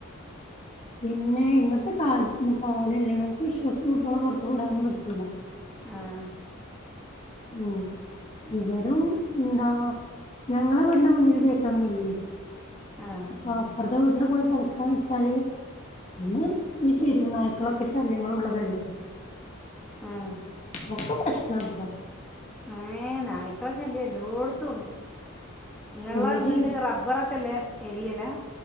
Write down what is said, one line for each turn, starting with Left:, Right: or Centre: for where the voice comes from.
Left: പിന്നെ ഇന്നത്തെ കാലല്ലേ നമുക്ക് ആൾ ഇല്ലെങ്കിലും വിശ്വാസിച്ച് കുട്ടികളെ പൊറത്ത് വിടാനും പറ്റൂല
Centre: ആഹാ
Left: ഉും ഇവരും ന്താ ഞങ്ങളെ വീടിന്റെ മുന്നിൽ ഗേറ്റ് ഒന്നും ഇല്ലേ
Centre: ആ
Left: അപ്പൊ അപ്പറത്തെ വീട്ടില് പോയി കളിക്കാന്ന് വെച്ചാല് പിന്ന ഈ തെരുവ് നായ്ക്കളൊക്കെ ശല്യങ്ങളും ഉള്ളതല്ലേ
Centre: ആഹ്‌
Left: ഒക്കെ പ്രശ്നാപോ
Centre: ഏഹ്‌ നായ്ക്കളെ ശല്യം എല്ലോട്ത്തൂണ്ട് ഇങ്ങളെ
Left: പേടിയാണ്
Centre: വീട് റബ റബ്ബറൊക്കെള്ള ഏരിയേലാ